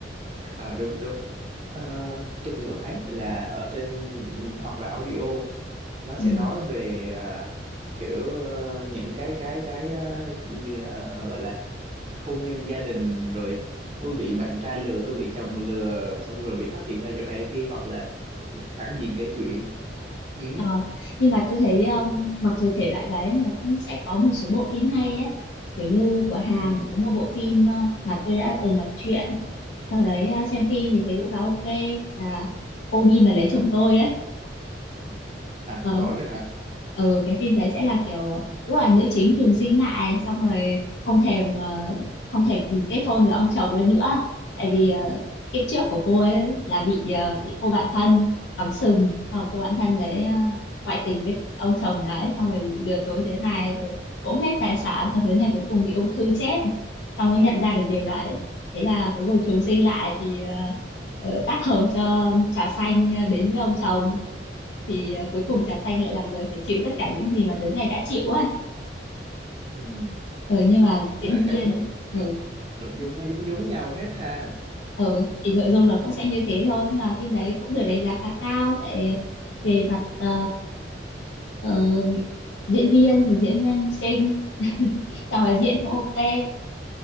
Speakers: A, on the right (about 35°); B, on the left (about 70°).
A: à, đúng đúng Ờ, tôi cũng có thấy là ở trên ừ, hoặc là audio nó
B: ừ
A: sẽ nói về à, kiểu ờ, những cái cái cái ờ, ờ, gọi là hôn nhân gia đình rồi tôi bị bạn trai lừa tôi bị chồng lừa xong rồi bị phát hiện ra chỗ này chỗ kia hoặc là phản diện kể chuyện ừ,
B: ờ, nhưng mà tôi thấy um, mặc dù thể loại đấy nhưng mà cũng sẽ có một số bộ phim hay ấy kiểu như của Hàn
A: ừ.
B: có một bộ phim ờ, mà tôi đã từng đọc truyện sau đấy à, xem phim thì thấy cũng khá ok là cô đi mà lấy chồng tôi
A: à
B: ờ
A: có nữa hả
B: ừ, cái phim đấy sẽ là kiểu cũng là nữ chính trùng sinh lại xong rồi không thèm ờ, không thèm kết hôn với ông chồng ấy nữa tại vì ờ, kiếp trước của cô ấy là bị ờ, bị cô bạn thân cắm sừng xong rồi cô bạn thân đấy ờ,
A: ừ
B: ngoại tình với ông chồng đấy xong rồi lừa dối thế này rồi cũng hết tài sản xong đến này cuối cùng bị ung thư chết xong mới nhận ra được điều
A: ừ
B: đấy thế là cuối cùng trùng sinh lại thì ờ, ờ, tác hợp cho trà xanh ờ, đến với ông chồng thì ờ, cuối cùng trà xanh lại là người phải chịu tất cả những gì mà đứa này đã chịu ấy
A: ừ.
B: ừ, nhưng mà diễn
A: nhưng mà
B: viên
A: cảm giác nội,
B: ừ,
A: nội dung nó giống giống nhau hết ha
B: ừ, thì nội dung nó cũng sẽ như thế thôi nhưng mà phim đấy cũng được đánh
A: ừ.
B: giá khá cao tại về mặt ờ, ờ, diễn viên thì diễn viên xinh xong rồi diễn cũng ok